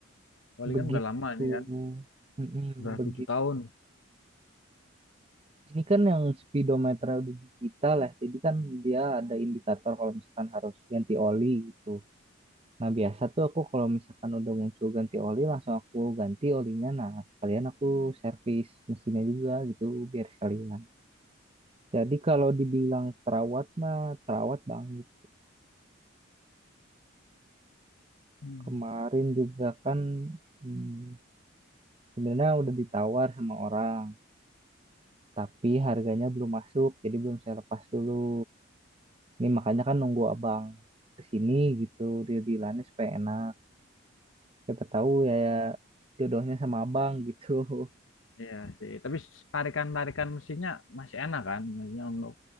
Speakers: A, on the left (about 75°); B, on the right (about 30°).
A: Wali
B: Begitu.
A: kan udah lama ini kan,
B: Mm-mm,
A: udah
B: begitu
A: tujuh tahun.
B: Ini kan yang speedometernya udah digital ya, jadi kan dia ada indikator kalau misalkan harus ganti oli gitu. Nah biasa tuh aku kalau misalkan udah muncul ganti oli, langsung aku ganti olinya. Nah sekalian aku servis mesinnya juga gitu, biar sekalian. Jadi kalau dibilang terawat mah, terawat banget.
A: Hmm.
B: Kemarin juga kan hmm, sebenarnya udah ditawar sama orang, tapi harganya belum masuk, jadi belum saya lepas dulu. Ini makanya kan nunggu abang kesini gitu, dia bilangnya supaya enak. Kita tahu ya ya jodohnya sama abang gitu. <laughs>
A: Iya sih, tapi tarikan-tarikan mesinnya masih enak kan? Maksudnya untuk